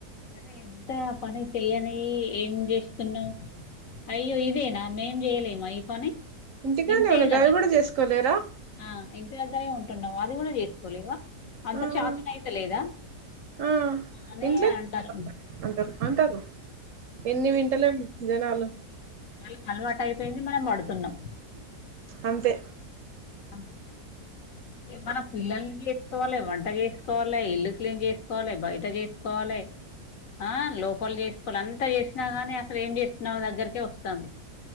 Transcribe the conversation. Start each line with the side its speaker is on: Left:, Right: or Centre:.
Left: అరే ఎంత పని చెయని ఏం జేస్తున్నావ్ అయ్యో ఇదేనా మేం జేయలేమా ఈ పని
Right: ఇంటికానే
Left: ఇంతే
Right: ఉన్న
Left: గదా
Right: గవి కూడా చేసుకోలేరా
Left: ఆ ఇంటి దగ్గరే ఉంటు న్నావ్ అది గూడా జేసుకోలేవా అంత
Right: ఆ
Left: చాతనైతలేద
Right: ఆ
Left: అని
Right: ఇంట్లో
Left: అంటారు
Right: అంటారు అంటారు ఎన్ని వింటలేం జనాలు
Left: వాళ్ళకు అల్వాటైపోయింది మనం బడు తున్నాం
Right: అంతే
Left: అంతే మనం పిల్లల్ని జేసుకోవాలె వంట జేసుకోవాలె ఇల్లు క్లీన్ జేసుకోవాలె బయట జేసుకోవాలె ఆ లోపల జెసుకోని అంత జేసినా గాని అస్సలు ఏం జేసినావ్ దగ్గరకే వస్తాంది